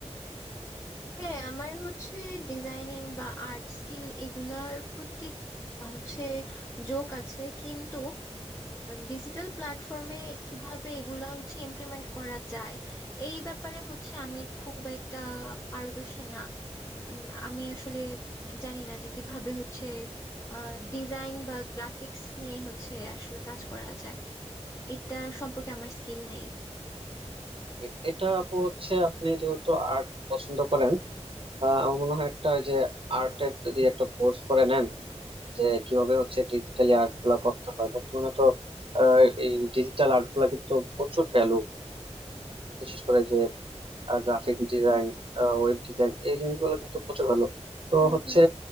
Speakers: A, on the left; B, on the right.
A: হ্যাঁ আমার হচ্ছে ডিজাইনিং বা আর্ট স্কিল এগুলার প্রতি হচ্ছে ঝোঁক আছে কিন্তু ডিজিটাল প্ল্যাটফর্মে কিভাবে এগুলা হচ্ছে ইমপ্লিমেন্ট করা যায় এই ব্যাপারে হচ্ছে আমি খুব একটা পারদর্শী না উম, আমি আসলে জানি না যে কিভাবে হচ্ছে ডিজাইন বা গ্রাফিক্স নিয়ে হচ্ছে আসলে কাজ করা যায় এটার সম্পর্কে আমার স্কিল নেই
B: এ- এটা আপু হচ্ছে আপনি যেহেতু আর্ট পছন্দ করেন আহ, আমার মনে হয় একটা ওই যে আর্টের যদি একটা কোর্স করে নেন যে কিভাবে হচ্ছে ডিজিটালি আর্ট গুলা করতে হয় বর্তমানে তো আহ, এই ডিজিটাল আর্ট গুলা কিন্তু প্রচুর ভ্যালু বিশেষ করে যে গ্রাফিক ডিজাইন ওয়েব ডিজাইন এই জিনিসগুলো কিন্তু প্রচুর ভ্যালু তো
A: হুম
B: হচ্ছে
A: হুম